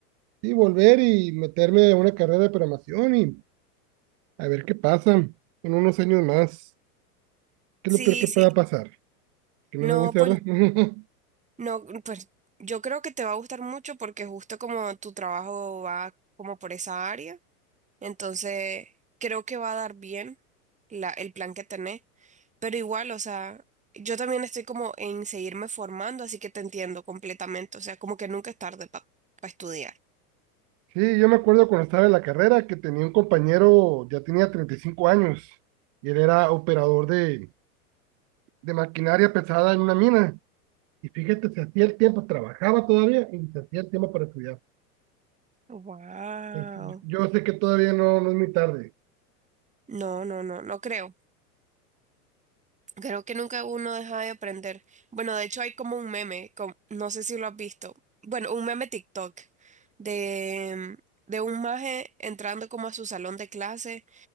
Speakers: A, on the right; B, on the right.
A: y volver y meterme a una carrera de programación y A ver qué pasa en unos años más. ¿Qué
B: Sí,
A: es lo peor que pueda
B: sí.
A: pasar? Que no
B: No,
A: me guste,
B: pues,
A: ¿verdad? <laughs>
B: no, pues yo creo que te va a gustar mucho porque justo como tu trabajo va como por esa área, entonces creo que va a dar bien la, el plan que tenés. Pero igual, o sea, yo también estoy como en seguirme formando, así que te entiendo completamente. O sea, como que nunca es tarde para estudiar.
A: Sí, yo me acuerdo cuando estaba en la carrera que tenía un compañero, ya tenía 35 años, y él era operador de, de maquinaria pesada en una mina. Y fíjate, se hacía el tiempo, trabajaba todavía y se hacía el tiempo para estudiar.
B: Wow.
A: Entonces, Yo yo sé que todavía no, no es muy tarde.
B: No, no, no, no creo. Creo que nunca uno deja de aprender. Bueno, de hecho hay como un meme, com- no sé si lo has visto. Bueno, un meme TikTok de, de un maje entrando como a su salón de clase